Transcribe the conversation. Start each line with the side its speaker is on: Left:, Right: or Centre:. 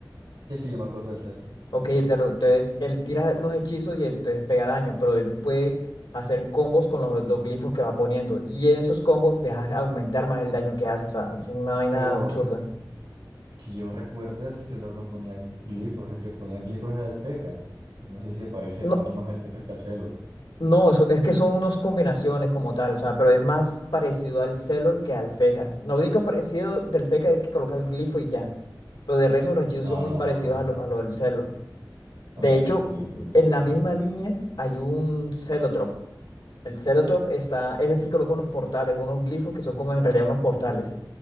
Right: Sí, sí, yo me acuerdo del Celor.
Left: Ok, el Celor. Entonces, él tira unos hechizos y entonces pega daño, pero él puede hacer combos con los, los glifos que va poniendo. Y en esos combos empieza a aumentar más el daño que hace. O sea, es una vaina
Right: Pero
Left: absurda.
Right: eh, que yo recuerde, el Celor no ponía glifos. El que ponía glifos era el Feca. No sé si se parece
Left: No,
Right: de pronto más al Feca que al Celor.
Left: No, eso- es que son unas combinaciones como tal, o sea, pero es más parecido al Celor que al Feca. Lo único parecido del Feca es que colocas el glifo y ya. Pero de resto los hechizos
Right: Ah,
Left: son muy parecidos a lo, a lo del Celor. De
Right: ah,
Left: hecho,
Right: entiendo, entiendo.
Left: en la misma línea hay un Celotrop. El Celotrop está, ese sí coloca unos portales, unos glifos que son como en realidad unos portales.